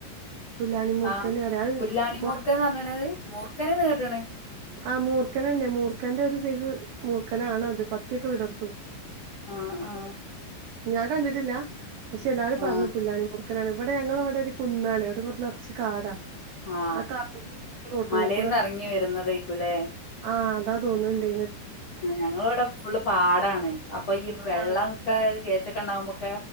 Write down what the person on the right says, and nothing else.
പുല്ലാനി മൂർഖന്
അറിയാ അത് കൊ-
ആ മൂർക്കനന്നെ മൂർക്കൻറെ ഒരു സൈസ് മൂർക്കനാണ് അത് പത്തിയൊക്കെ വിടർത്തും
ഞാൻ കണ്ടിട്ടില്ല പക്ഷെ എല്ലാരും
പറഞ്ഞു പുല്ലാനി മൂർഖ മൂർഖനാണ് ഇവിടെ ഞങ്ങടെ ഇവിടെ ഒരു കുന്നാണ് അവിടെ നിറച്ച് കാടാ.
<unintelligible>
ആ അതാ തോന്നുന്നുണ്ടെ
ആഹ്